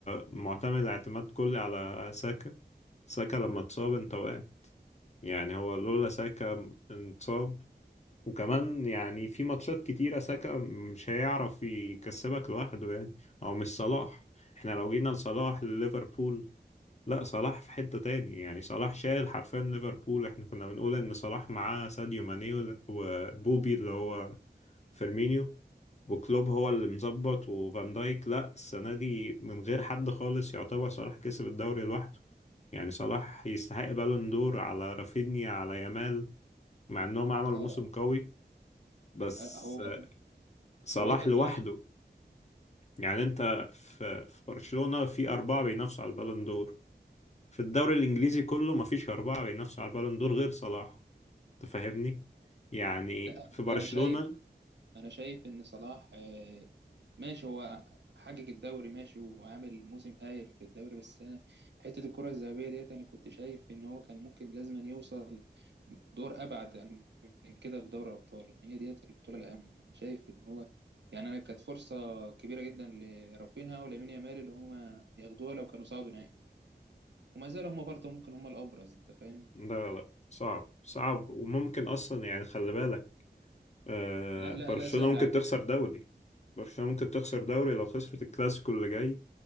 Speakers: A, on the left; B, on the right.
A: معتمد اعتماد كلي على ساكا ساكا لما اتصاب انت وقع يعني هو لولا ساكا اتصاب وكمان يعني في ماتشات كتيرة ساكا مش هيعرف يكسبك لوحده يعني او مش صلاح احنا لو جينا لصلاح لليفربول لا صلاح في حتة تاني يعني صلاح شايل حرفيا ليفربول احنا كنا بنقول ان صلاح معاه ساديو ماني وبوبي اللي هو فيرمينيو وكلوب هو اللي مظبط وفان دايك لا السنة دي من غير حد خالص يعتبر صلاح كسب الدوري لوحده يعني صلاح يستحق بالون دور على رافينيا على يامال مع انهم عملوا
B: لا
A: موسم
B: لا
A: قوي بس
B: آه، هو
A: صلاح
B: هو انت كويس
A: لوحده يعني انت في في برشلونة في أربعة بينافسوا على البالون دور في الدوري الإنجليزي كله مفيش أربعة بينافسوا على البالون دور غير صلاح تفهمني يعني
B: لا
A: في برشلونة
B: انا شايف انا شايف ان صلاح آه، ماشي هو حقق الدوري ماشي وعامل موسم هايل في الدوري بس انا حته الكره الذهبيه ديت انا كنت شايف ان هو كان ممكن لازم أن يوصل دور ابعد عن- من كده في دوري الابطال ان هي ديت البطوله الاهم انا شايف ان هو يعني انا كانت فرصه كبيره جدا لرافينها ولامين يامال اللي هما ياخدوها لو كانوا صعدوا نهائي وما زالوا هما برضه ممكن هما الابرز انت فاهم
A: لا لا لا صعب صعب وممكن اصلا يعني خلي بالك آه
B: لا لا
A: برشلونة
B: لا سهل
A: ممكن
B: على
A: تخسر
B: فكره
A: دوري برشلونة ممكن تخسر دوري لو خسرت الكلاسيكو اللي جاي